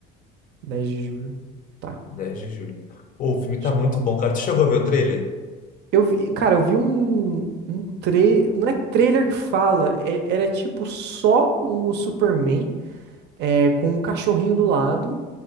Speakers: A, on the right (about 55°); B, on the left (about 40°).
A: <laughs> dez de julho. Tá,
B: dez de julho. Pô, o filme
A: acho
B: tá muito
A: que eu vou.
B: bom, cara. Tu chegou a ver o trailer?
A: Eu vi, cara, eu vi um, um trailer. Não é trailer que fala, é- era tipo só o Superman é, com o cachorrinho do lado.